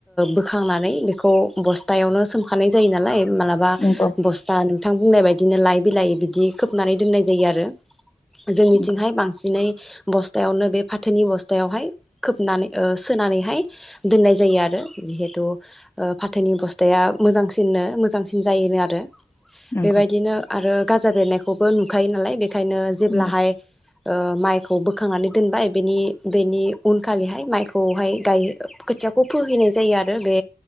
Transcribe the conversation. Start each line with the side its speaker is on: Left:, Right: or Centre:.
Centre: बोखांनानै बेखौ ब ह्तायावनो सोमखानाय जायो नालाय मालाबा
Left: नंगौ
Centre: बस्था बिथां बुंनाय बायदिनो लाइ बिलाइ बिदि खोबनानै दोननाय जायो आरो जों
Left: नंगौ
Centre: थिंहाय बांसिनै ओ बस्थायावनो बे फाथोनि बस्थायावहाय खोबनानै सोनानैहाय दोननाय जायो आरो जिहेथु ओ फाथोनि बस्थाया मोजांसिननो मोजांसिन जायोनो आरो।
Left: नंगौ
Centre: बेबायदिनो आरो गाजा बेरायनायखौबो नुखायो नालाय बे ओंखायनो जेब्लाहाय
Left: नंगौ
Centre: ओ माइखौ बोखांनानै दोनबाय बेनि बेनि उनखालिहाय माइखौहाय गाय खोथियाखौ फोहैनाय जायो आरो बे